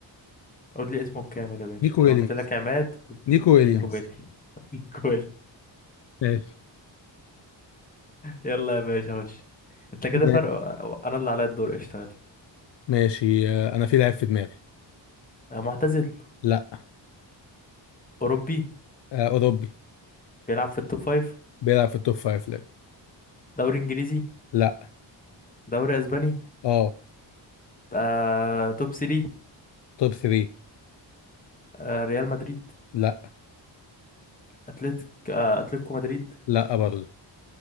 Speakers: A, on the left; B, on the left.
A: قول لي اسمه الكامل يا باشا
B: نيكو
A: أنا
B: ويليامز
A: قلت لك عماد قلت
B: نيكو ويليامز
A: نيكو ويلي <laughs> نيكو ويلي <laughs>
B: ماشي
A: يلا يا باشا خش انت كده
B: ماشي
A: فرق انا اللي عليا الدور اشتغل
B: ماشي آه... انا في لعيب في دماغي
A: معتزل
B: لا
A: اوروبي
B: آه... اوروبي
A: بيلعب في التوب فايف
B: بيلعب في التوب فايف لا
A: دوري انجليزي
B: لا
A: دوري اسباني
B: اه
A: آه، توب 3
B: توب 3
A: آه، ريال مدريد
B: لا
A: اتلتيك آه، اتلتيكو مدريد
B: لا برضه